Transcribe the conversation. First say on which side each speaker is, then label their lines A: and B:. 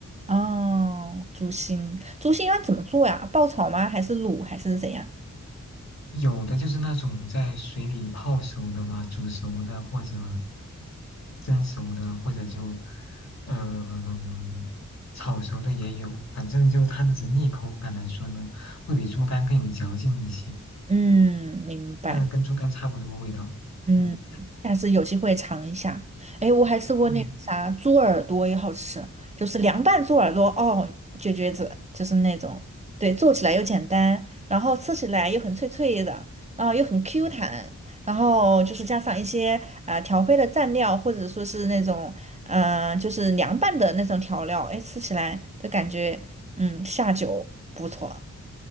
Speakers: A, on the right; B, on the left.
A: 哦，猪心，猪心要怎么做呀？爆炒吗？还是卤？还是怎样？
B: 有的就是那种在水里泡熟的嘛，煮熟的或者蒸熟的，或者就嗯、炒熟的也有。反正就它的整体口感来说呢，会比猪肝更有嚼劲一些，
A: 嗯，明白。
B: 但是跟猪肝差不多味道。
A: 嗯，
B: 嗯
A: 下次有机会尝一下。哎，我还吃过那个啥猪耳朵，
B: 嗯，
A: 也好吃，就是凉拌猪耳朵哦，绝绝子，就是那种，对，做起来又简单，然后吃起来又很脆脆的，然后又很 Q 弹，然后就是加上一些啊调配的蘸料，或者说是那种嗯、呃就是凉拌的那种调料，哎，吃起来就感觉嗯下酒不错。